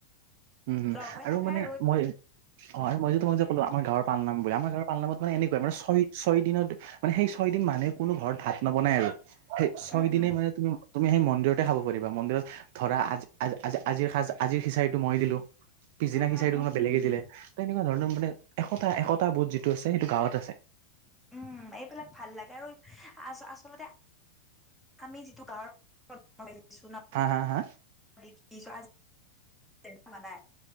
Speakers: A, on the right; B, in the centre.
A: উম, উম,
B: লগ হৈ
A: আৰু
B: নাখায়
A: মানে মই অ, আৰু মই যে তোমাক যে কলো আমৰ গাঁৱৰ পাল নাম বুলি আমাৰ গাঁৱৰ পাল নামত মানে এনেকুৱাই <unintelligible> ছয় দিনত মানে সেই ছয়দিন মানুহে কোনো ঘৰত ভাত নবনায় আৰু সেই ছয়
B: উম উম
A: দিনে
B: উম
A: মানে তুমি তুমি সেই মন্দিৰতে খাব পাৰিবা মন্দিৰত ধৰা আজি আজিৰ, আজিৰ খিচাৰিটো মই দিলো। পিছদিনা
B: উম
A: খিচাৰিটো
B: উম উম
A: কোনোবা
B: উম
A: বেলেগে দিলে
B: উম
A: ত এনেকুৱা ধৰণৰ মানে একতা, একতা বোৰ যিটো আছে সেইটো গাঁৱত আছে।
B: উম, এইবিলাক ভাল লাগে আৰু আ-আচলতে আমি যিটো গাঁৱৰ <unintelligible>
A: হা- হা- হা?
B: <inaudible> <unintelligible> নাই।